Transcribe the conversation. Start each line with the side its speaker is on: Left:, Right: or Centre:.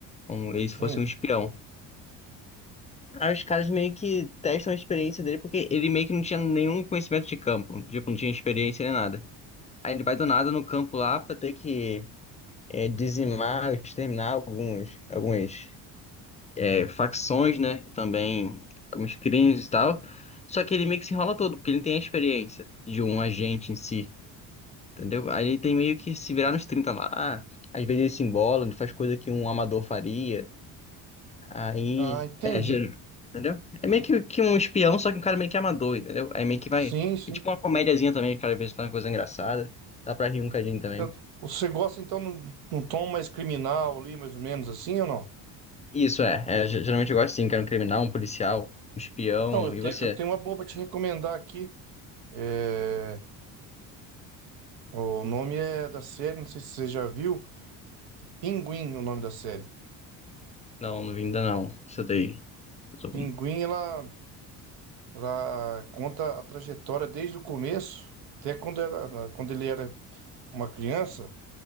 Left: como ele
Right: sim.
Left: se fosse um espião. Aí os caras meio que testam a experiência dele, porque ele meio que não tinha nenhum conhecimento de campo, tipo, não tinha experiência nem nada. Aí ele vai do nada no campo lá pra ter que eh, dizimar, exterminar alguns, algumas eh, facções, né? Também alguns crimes e tal. Só que ele meio que se enrola todo, porque ele não tem a experiência de um agente em si. Entendeu? Aí ele tem meio que se virar nos 30 lá. Às vezes ele se embola, ele faz coisa que um amador faria. Aí.
Right: Ah, entendi.
Left: É, gê- entendeu? É meio que, que um espião, só que um cara meio que amador, entendeu? Aí meio que vai.
Right: Sim, sim.
Left: É tipo uma comédiazinha também, que o cara às vezes faz uma coisa engraçada. Dá pra rir um cadinho também.
Right: Tanto- Você gosta então num, num tom mais criminal ali, mais ou menos assim ou não?
Left: Isso é. é, ge- geralmente eu gosto sim, que era um criminal, um policial, um espião.
Right: Então, eu
Left: E
Right: tenho,
Left: você?
Right: eu tenho uma boa pra te recomendar aqui. É, O nome é da série, não sei se você já viu. Pinguim, o nome da série.
Left: Não, não vi ainda não. Você daí. Eu tô-
Right: Pinguim, ela, ela conta a trajetória desde o começo, até quando, era, quando ele era uma criança,